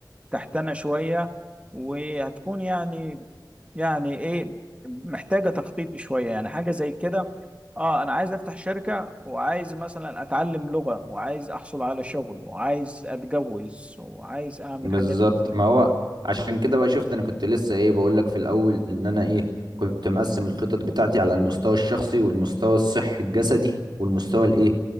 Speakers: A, on the right (about 15°); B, on the right (about 75°).
A: تحتنا شوية وهتكون يعني يعني ايه محتاجة تخطيط شوية يعني حاجة زي كده اه انا عايز افتح شركة وعايز مثلا اتعلم لغة وعايز احصل على شغل وعايز اتجوز وعايز اعمل
B: بالظبط
A: حاجات كتيرة
B: ما هو عشان كده بقى شفت انا كنت لسه ايه بقول لك في الاول ان انا ايه كنت مقسم الخطط بتاعتي على المستوى الشخصي والمستوى الصحي الجسدي والمستوى الايه